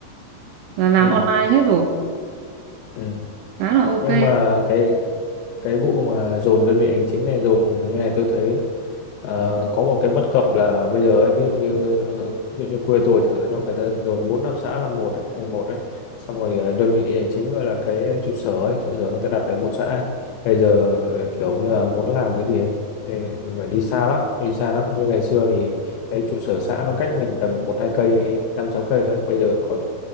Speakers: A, on the right; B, on the left.
A: là làm
B: ừ
A: online hết rồi
B: ừ
A: khá là ok
B: nhưng mà cái cái vụ mà dồn đơn vị hành chính này dồn như này tôi thấy ờ, có một cái bất cập là bây giờ ấy, ví dụ như ờ, ví dụ như quê tôi chẳng hạn đâu người ta dồn bốn năm xã làm một đấy thành một đấy xong rồi ờ, đơn vị hành chính gọi là cái trụ sở ấy trụ sở người ta đặt ở một xã ấy. bây giờ ờ, kiểu như là muốn làm cái gì ấy thì thì phải đi xa lắm đi xa lắm như ngày xưa thì cái trụ sở xã nó cách mình tầm một hai cây năm sáu cây thôi bây giờ có